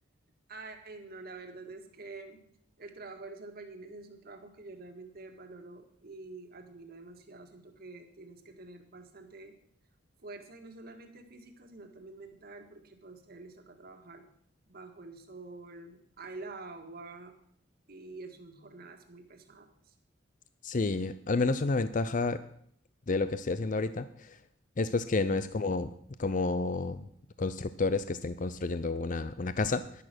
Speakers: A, on the right (about 55°); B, on the left (about 45°).
A: Ay, no, la verdad es que el trabajo de los albañiles es un trabajo que yo realmente valoro y admiro demasiado. Siento que tienes que tener bastante fuerza y no solamente física, sino también mental, porque para ustedes les toca trabajar bajo el sol, al agua y es son jornadas muy pesadas.
B: Sí, al menos una ventaja de lo que estoy haciendo ahorita. Es pues que no
A: Ujú.
B: es como, como constructores que estén construyendo una, una casa,